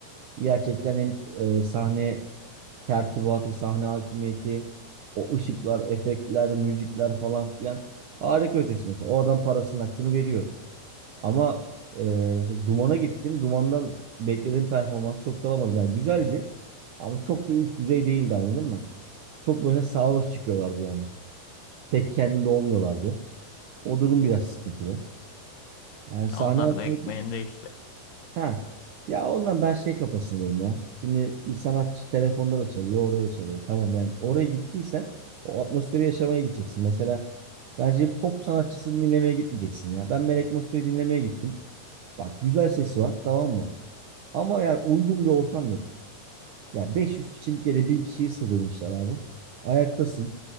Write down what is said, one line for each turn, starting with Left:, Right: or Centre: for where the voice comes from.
Right: Gerçekten hem e, sahne tertibatı, sahne hakimiyeti, o ışıklar, efektler, müzikler falan filan harika ötesi mesela. O adam parasının hakkını veriyor. Ama e, mesela Duman'a gittim. Duman'dan beklediğim performans çok da alamadım. Yani güzeldi ama çok da üst düzey değildi anladın mı? Çok böyle sarhoş çıkıyorlardı yani. Pek kendinde olmuyorlardı. O durum biraz sıkıntılı. Yani sahne
Left: Ya onlar
Right: altında...
Left: da ekmeğinde işte.
Right: Ha. Ya ondan ben şey kafasındayım ya. Şimdi bir sanatçı telefonda da çalıyor, orada da çalıyor. Tamam yani oraya gittiysen o atmosferi yaşamaya gideceksin. Mesela bence pop sanatçısını dinlemeye gitmeyeceksin ya. Ben Melek Mosso'yu dinlemeye gittim. Bak güzel sesi var tamam mı? Ama yani uygun bir ortam yok. Yani 500 kişilik yere 1000 kişiyi sığdırmışlar abi. Ayaktasın.